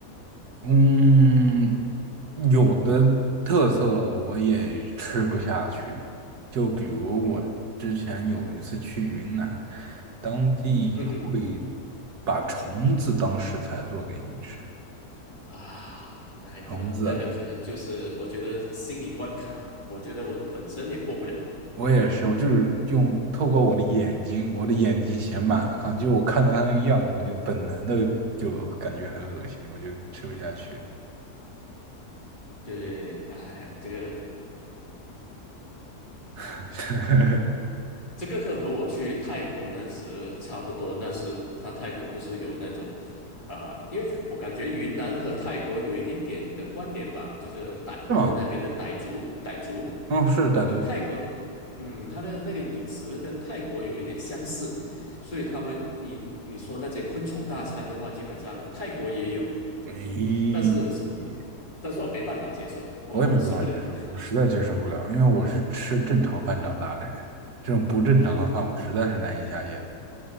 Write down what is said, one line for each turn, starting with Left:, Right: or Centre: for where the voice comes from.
Right: 嗯，有的特色我也吃不下去，就比如我之前有一次去云南，
Left: 嗯
Right: 当地会
Left: 嗯哼
Right: 把虫子当食材做给你吃。
Left: 啊，那个那个可能就是我觉得心理关卡，
Right: 虫子，
Left: 我觉得我本身也过不了。
Right: 我也是，我就是用透过我的眼睛，我的眼睛写满了看，就我看到它那个样子，我就本能的就感觉很恶心，我就吃不下去。
Left: 对，哎呀，这个
Right: <laughs>
Left: 这个课和我去泰国那时差不多，那时他泰国不是有那种啊、因为我感觉云南和泰国有一点点的关联吧，就是傣他们那边的傣族，
Right: 是吗？
Left: 傣族，
Right: 嗯，是傣族。
Left: 而泰国，嗯，他的那个饮食跟泰国有一点相似，所以他们你你说那些昆虫大餐的话，基本上泰国也有，
Right: 咦，
Left: 但是
Right: 哎
Left: 但是我没办法接受，我吃不了，
Right: 我也没办法接受，我实在接受不了，因为我是吃正常饭长大的人，这种不正常的饭我实在是难以下咽。
Left: 嗯，